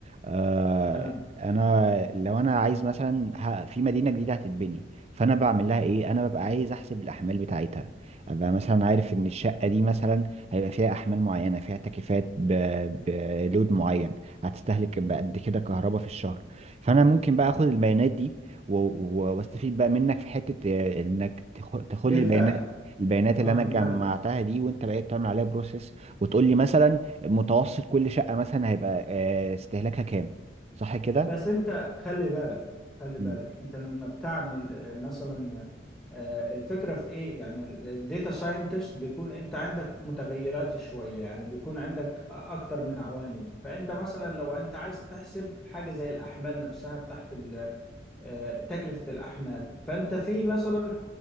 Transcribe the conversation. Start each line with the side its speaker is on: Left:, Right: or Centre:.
Right: آه،
Centre: تمام
Right: انا لو انا عايز مثلا ه- في مدينه جديده هتتبني فانا بعمل لها ايه انا ببقى عايز احسب الاحمال بتاعتها ابقى مثلا عارف ان الشقه دي مثلا هيبقى فيها احمال معينه فيها تكييفات ب- بلود معين هتستهلك بقد كده كهرباء في الشهر فانا ممكن بقى اخد البيانات دي و- و- واستفيد بقى منك في حته آه، انك تخ- تاخد
Centre: بالفعل
Right: لي البيانات البيانات اللي
Centre: اه
Right: انا
Centre: بالفعل
Right: جمعتها دي وانت بقيت تعمل عليها بروسيس وتقول لي مثلا متوسط كل شقه مثلا هيبقى آه، استهلاكها كام صح كده
Centre: بس انت خلي بالك خلي
Right: مم.
Centre: بالك انت لما بتعمل آه، مثلا آه، الفكره في ايه يعني الداتا ساينتست بيكون انت عندك متغيرات شويه يعني بيكون عندك اكتر من عوامل فانت مثلا لو انت عايز تحسب حاجه زي الاحمال نفسها بتاعت آه، تكلفة الأحمال فأنت في مثلا